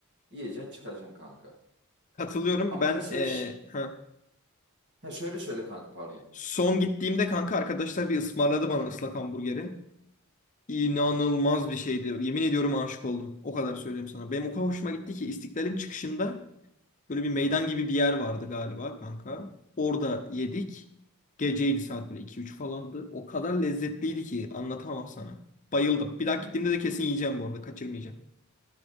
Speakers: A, on the right; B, on the left.
A: Yiyeceksin çıkacaksın kanka.
B: Katılıyorum.
A: Ama
B: Ben
A: mesela
B: e,
A: ş-
B: ha,
A: ha, şöyle şöyle kanka pardon.
B: Son gittiğimde kanka arkadaşlar bir ısmarladı bana ıslak hamburgeri. İnanılmaz bir şeydi. Yemin ediyorum aşık oldum. O kadar söyleyeyim sana. Benim o kadar hoşuma gitti ki İstiklal'in çıkışında böyle bir meydan gibi bir yer vardı galiba kanka. Orada yedik. Geceydi saat böyle iki üç falandı. O kadar lezzetliydi ki anlatamam sana. Bayıldım. Bir daha gittiğimde
A: Hı hı.
B: de kesin yiyeceğim bu arada. Kaçırmayacağım.